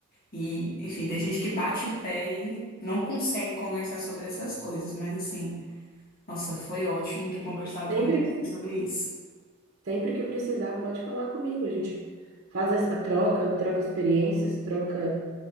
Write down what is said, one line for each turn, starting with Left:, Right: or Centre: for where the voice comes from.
Left: e, enfim, tem gente que bate o pé e não consegue conversar sobre essas coisas, mas assim, nossa, foi ótimo ter conversado
Right: Sempre,
Left: com você sobre isso.
Right: sempre que precisar, pode falar comigo. A gente faz essa troca, troca experiências, troca